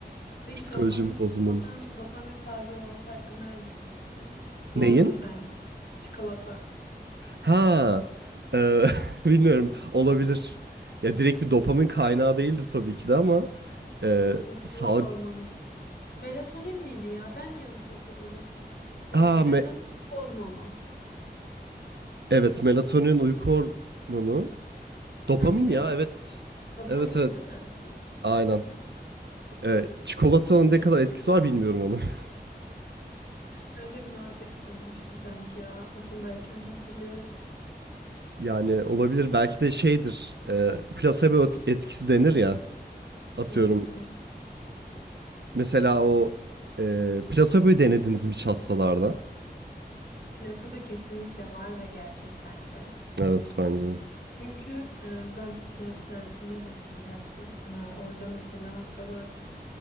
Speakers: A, on the left; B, on the right.
A: Peki
B: psikolojim
A: dopamin,
B: bozulmamız
A: çikolatanın
B: için.
A: dopamin salgılaması hakkında ne düşünüyorsun?
B: Neyin?
A: Doğru mu sence? Çikolata.
B: Ha, e, <laughs> bilmiyorum olabilir. Ya direkt bir dopamin kaynağı değildir tabii ki de ama e,
A: Mutluluk
B: sağlık.
A: hormonu. Melatonin miydi ya? Ben mi yanlış hatırladım? Yok,
B: Ha,
A: melatonin
B: me-
A: hormonu.
B: evet melatonin uyku hormonu. Dopamin
A: Sen biliyor
B: ya
A: musun?
B: evet.
A: Dopamin
B: Evet evet
A: değil mi?
B: aynen. E, çikolatanın ne kadar etkisi var bilmiyorum onu. <laughs>
A: Öyle bir muhabbet dönmüştü sanki ya okuldayken hatırlıyorum.
B: Yani olabilir belki de şeydir e, plasebo et- etkisi denir ya atıyorum.
A: Hmm, evet.
B: Mesela o e, plasebo'yu denediniz mi hiç hastalarda?
A: Plasebo kesinlikle var ve gerçek bence.
B: Evet bence de.
A: Çünkü e, ben psikiyatri servisinde de staj yaptım. E, orada mesela hastalar